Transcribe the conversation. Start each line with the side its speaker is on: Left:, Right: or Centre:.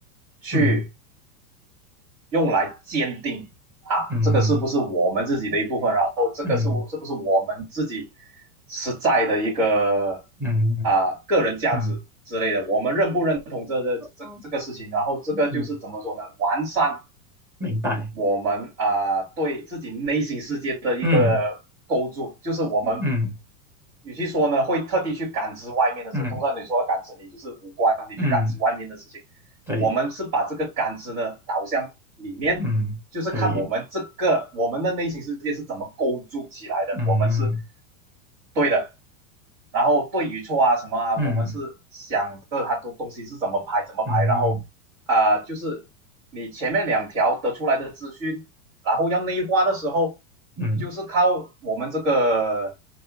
Right: 去
Centre: 嗯
Right: 用来鉴定啊，
Centre: 嗯
Right: 这个是不是我们自己的一部分？然后这个是是不是我们自己
Centre: 嗯
Right: 实在的一个
Centre: 嗯
Right: 啊个人价值之类的？
Centre: 嗯
Right: 我们认不认同这这这这个事情？
Centre: 哦，
Right: 然后这个就是怎么说呢？
Centre: 嗯，
Right: 完善
Centre: 明白。
Right: 我们啊呃对自己内心世界的一个构筑，
Centre: 嗯
Right: 就是我们
Centre: 嗯
Right: 与其说呢会特地去感知外面的事，
Centre: 嗯
Right: 通常你说的感知你就是五官，你去感知外面的事情。
Centre: 嗯，对，
Right: 我们是把这个感知呢导向里面，
Centre: 嗯，
Right: 就是看我们这个我们的内心世界是怎么构筑起来的，
Centre: 可以。嗯
Right: 我们是对的。然后对与错啊什么啊，
Centre: 嗯。
Right: 我们是想着它的东西是怎么排怎么排，
Centre: 嗯
Right: 然后啊、呃就是你前面两条得出来的资讯，然后要内化的时候，
Centre: 嗯
Right: 就是靠我们这个